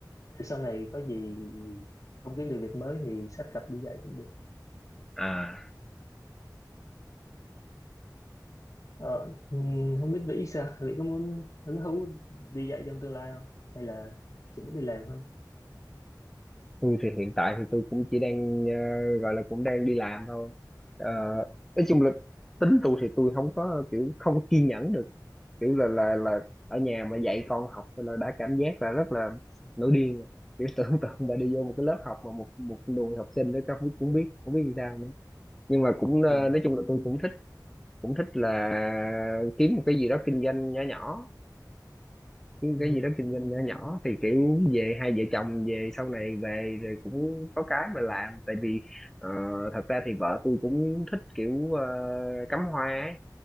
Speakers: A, on the left; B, in the centre.
A: để sau này có gì không kiếm được việc mới thì sắp gặp đi dạy cũng được
B: à
A: Ờ, ừm, không biết vĩ sao, vĩ có muốn hứng thú đi dạy trong tương lai không? Hay là chỉ muốn đi làm thôi?
B: tôi thì hiện tại thì tôi cũng chỉ đang ờ, gọi là cũng đang đi làm thôi Ờ, nói chung là tính tôi thì tôi không có kiểu không có kiên nhẫn được kiểu là là là ở nhà mà dạy con học thì là đã cảm giác là rất là nổi điên rồi kiểu <laughs> tưởng tượng mà đi vô một cái lớp học mà một một đùi học sinh đó các không cũng biết cũng biết làm sao nữa nhưng mà cũng ờ,
A: Ừ.
B: nói chung là tôi cũng thích cũng thích là kiếm một cái gì đó kinh doanh nhỏ nhỏ cái
A: Ừ.
B: cái gì đó kinh doanh nhỏ nhỏ thì kiểu về hai vợ chồng về sau này về rồi cũng có cái mà làm tại vì ờ, thật ra thì vợ tôi cũng thích kiểu ờ, cắm hoa ấy